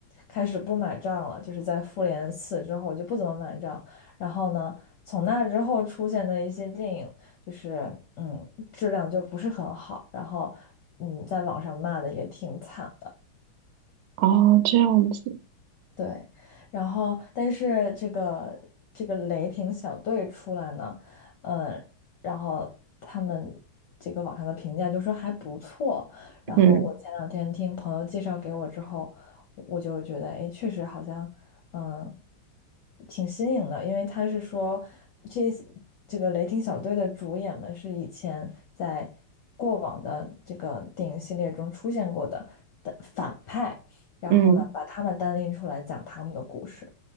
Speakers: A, on the left; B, on the right.
A: 开始不买账了，就是在复联四之后就不怎么买账，然后呢，从那之后出现的一些电影就是嗯质量就不是很好，然后嗯在网上骂的也挺惨的。
B: 哦，这样子，
A: 对，然后但是这个这个雷霆小队出来呢，嗯，然后他们这个网上的评价就说还不错，然后我前两天听朋友介绍给我之后，
B: 嗯
A: 我就觉得哎，确实好像嗯挺新颖的，因为他是说这这个雷霆小队的主演们是以前在过往的这个电影系列中出现过的的反派。然后呢，
B: 嗯，
A: 把他们单拎出来讲他们的故事。